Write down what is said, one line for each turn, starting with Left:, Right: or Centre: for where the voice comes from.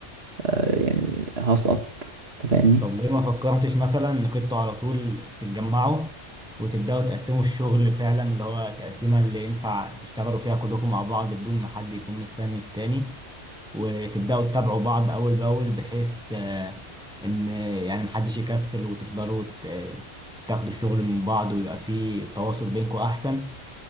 Right: آه، يعني هسقط انت فاهمني
Centre: طب ليه ما فكرتش مثلا انك انتوا على طول تتجمعوا وتبدأوا تقسموا الشغل فعلا اللي هو تقسيمة اللي ينفع تشتغلوا فيها كلكم مع بعض بدون ما حد يكون مستني التاني وتبدأوا تتابعوا بعض أول بأول بحيث آه، إن آه، يعني محدش يكسل وتفضلوا ت- آه، تاخدوا الشغل من بعض ويبقى فيه التواصل بينكم أحسن